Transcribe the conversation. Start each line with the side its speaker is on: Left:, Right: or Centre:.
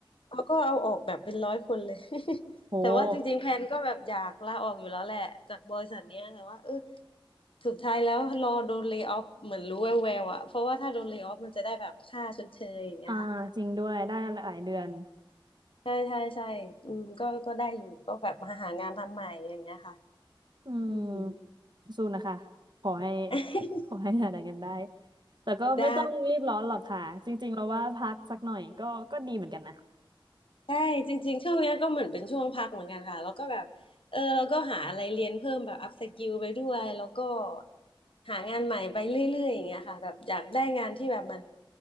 Left: เขาก็เอาออกแบบเป็นร้อยคนเลย <laughs>
Right: โห
Left: แต่ว่าจริงๆแพลนก็แบบอยากลาออกอยู่แล้วแหละจากบริษัทเนี้ยแต่ว่าเออ สุดท้ายแล้วรอโดนเล y o ออฟเหมือนรู้แววๆอะเพราะว่าถ้าโดนเล y o ออฟมันจะได้แบบค่าชดเชยอย่างเงี้ยค่ะ
Right: อ่าจริงด้วยได้หลายเดือน
Left: ใช่ใช่ใช่อืมก็ก็ได้อยู่ก็แบบมาหางานทำใหม่อย่างเงี้ยค่ะ
Right: อืมสู้นะคะขอให้
Left: อืม <laughs>
Right: <laughs> ขอให้หาได้กันได้แต่ก็ไม่ต้องรีบร้อนหรอกค่ะจริงๆเราว่าพักสักหน่อยก็ก็ดีเหมือนกันนะ
Left: ได้ใช่จริงๆช่วงเนี้ยก็เหมือนเป็นช่วงพักเหมือนกันค่ะแล้วก็แบบเออเราก็หาอะไรเรียนเพิ่มแบบอัพสกิลไปด้วยแล้วก็หางานใหม่ไปเรื่อยๆอย่างเงี้ยค่ะแบบอยากได้งานที่แบบมัน